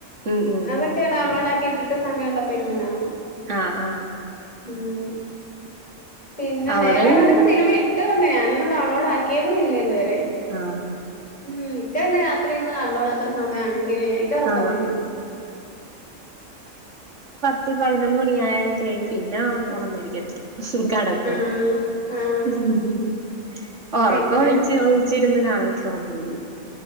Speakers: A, on the right (about 60°); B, on the left (about 30°).
A: ഉം ഉം
B: അതൊക്കെ, ഡൗൺലാടാക്കിയിട്ടിട്ട് സമയള്ളപ്പോ ഇരുന്ന് കാണും.
A: ആഹ് ആഹ്
B: മ്മ് പിന്നെ
A: അവിടെയും
B: വേറെ ഏതാണ്ടൊക്കെ
A: ഇങ്ങനെ
B: സിനിമ ഇട്ട് തന്നിനി ഞാനൊന്നും ഡൗൺലോഡ് ആക്കിയതുല്ല ഇതുവരെ.
A: ആഹ്
B: ഉം. ഇക്ക പിന്നെ രാത്രിര്ന്ന് കണ്ടോളും. എത്ര സമയാണെങ്കിലേയ്. ഇക്ക് ഒറക്കം
A: അതാണ്
B: വരും.
A: ത്ത്, പയ്നൊന്ന് മണിയായ <unintelligible> പിന്നെ, ഒണന്നിരിക്കത്തില. കടക്കെ
B: ആഹ് ആഹ്
A: <unintelligible> ഒറൊക്കൊ
B: പിന്നെ
A: ഒളിച്ച്, ഒളിച്ചിരുന്ന് കാണൊക്കെ ഒന്നുല്ല.